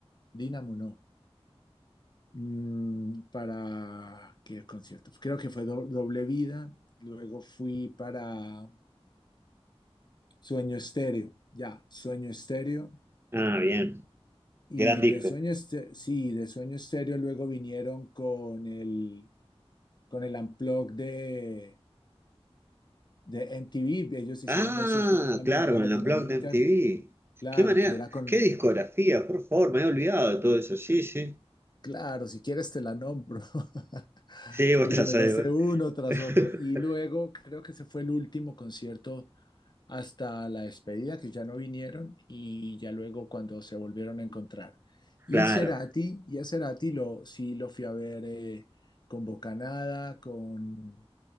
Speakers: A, on the left; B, on the right.
A: Dínamo no. mm, para qué concierto. Creo que fue Do- Doble Vida. Luego fui para Sueño Estéreo. Ya, Sueño Estéreo.
B: Ah, bien.
A: Y
B: Gran disco.
A: de Sueño Estéreo, sí, de Sueño Estéreo luego vinieron con el, con el Unplugged de, de MTV. Ellos hicieron
B: Ah,
A: ese show también
B: claro,
A: por
B: con
A: Latinoamérica.
B: el Unplugged de MTV.
A: Claro,
B: Qué manera,
A: que era con,
B: qué discografía, por favor, me había olvidado de todo eso. Sí, sí.
A: Claro, si quieres te la nombro, <laughs>
B: Sí, vos
A: porque
B: te la sabés,
A: me lo sé
B: bro.
A: uno tras
B: <laughs>
A: otro. Y luego creo que ese fue el último concierto hasta la despedida, que ya no vinieron, y ya luego cuando se volvieron a encontrar. Y
B: Claro.
A: Cerati, y a Cerati lo, sí lo fui a ver eh, con Bocanada, con,